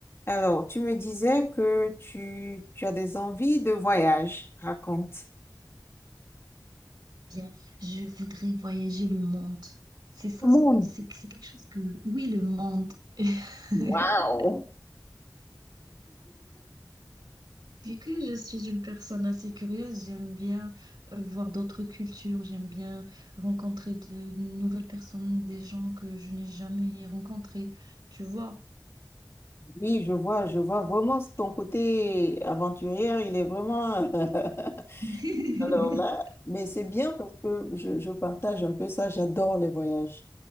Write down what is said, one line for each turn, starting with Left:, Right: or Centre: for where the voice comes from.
Left: Alors, tu me disais que tu, tu as des envies de voyage. Raconte.
Right: Bien, je voudrais voyager le monde. C'est ça,
Left: Au monde.
Right: ce que- c'est c'est quelque chose que... Oui, le monde. <laughs>
Left: Waouh!
Right: Vu que je suis une personne assez curieuse, j'aime bien euh, voir d'autres cultures, j'aime bien rencontrer de nouvelles personnes, des gens que je n'ai jamais rencontrés, tu vois.
Left: Oui, je vois, je vois vraiment ton côté aventurière, il est vraiment... <laughs>
Right: <laughs>
Left: Alors là, mais c'est bien parce que je, je partage un peu ça, j'adore les voyages.